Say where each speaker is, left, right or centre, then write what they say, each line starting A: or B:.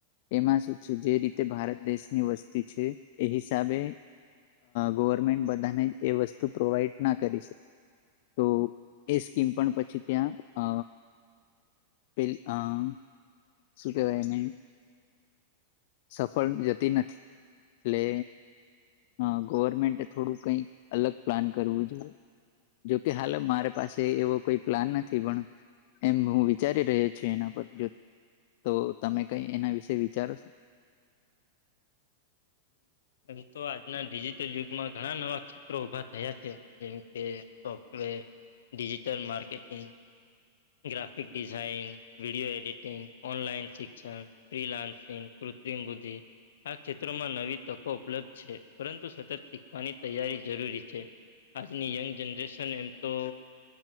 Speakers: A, on the left (about 60°); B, on the left (about 75°).
A: એમાં શું છે જે રીતે ભારત દેશની વસ્તી છે એ હિસાબે ગવર્મેન્ટ બધાને એ વસ્તુ પ્રોવાઈડ ના કરી શકે. તો એ સ્કીમ પણ પછી ત્યાં અ પેલ અહ શું કહેવાય એને સફળ જતી નથી એટલે હા ગવર્મેન્ટે થોડું કઈક અલગ પ્લાન કરવું જોઈએ. જોકે હાલ મારે પાસે એવો કોઈ પ્લાન નથી પણ એમ હું વિચારી રહ્યો છું એના પ્રત્ય તો તમે કઈ એના વિશે વિચારો છો.
B: <inaudible> એમ તો આજના ડિજિટલ યુગમાં ઘણા નવા ક્ષેત્રો ઉભા થયા છે, જેમ કે software digital marketing graphic design, video editing, online શિક્ષણ, ફ્રીલાન્સિંગ <unintelligible> આ ક્ષેત્રોમાં નવી તકો ઉપલબ્ધ છે, પરંતુ સતત શીખવાની તૈયારી જરૂરી છે. આજની યંગ જનરેશન એમ તો